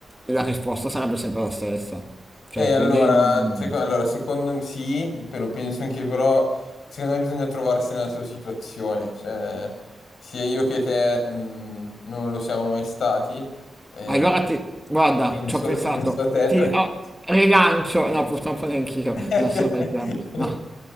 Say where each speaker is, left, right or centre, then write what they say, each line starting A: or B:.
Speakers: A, in the centre; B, on the left.
A: la risposta sarebbe sempre la stessa. Cioè,
B: E allora,
A: quindi non...
B: seco- allora, secondo me sì, però penso anche però, secondo me bisogna trovarsi nella sua situazione, cioè sia io che te mh, non lo siamo mai stati, eh,
A: Allora ti, guarda,
B: Bene.
A: ci
B: so,
A: ho pensato,
B: non so <laughs> te
A: ti
B: perché
A: oh, rilancio, no purtroppo neanch'io,
B: <laughs>
A: non sono mai piano, no,